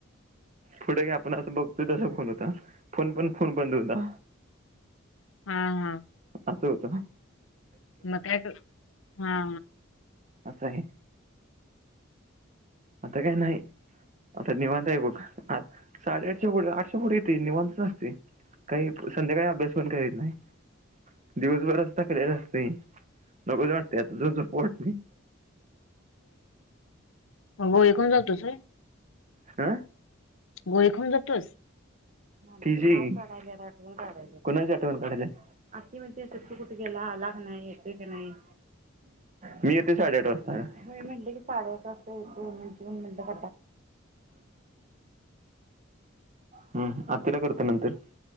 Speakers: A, on the right; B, on the left.
A: पुढे घे आपण असं बघतोय त फोन होता फोन पण फोन बंद होता.
B: हा हा
A: अस होता.
B: म काय क हा
A: असं आहे. आता काही नाही आता निवांत आहे बघ आठ साडेआठच्या पुढे आठच्या पुढे येतोय निवांतच असतोय काही संध्याकाळी अभ्यास पण करीत नाय दिवसभर नुसता फिरत असतत लघच वाटते आता झो झोपू वाटत्या.
B: अंघोळी करून जातस व्हय.
A: हा
B: गरी खण ज तोस
A: आठव काढायला कुणा आठवण काढायला आ म्हण तू कुठे गेला आला क नाही येते क नाही मी येते साडेआठ वाजता म्हण की साडेआठ वाजता येते म्हण म्ह हम आ तिला करत नंतर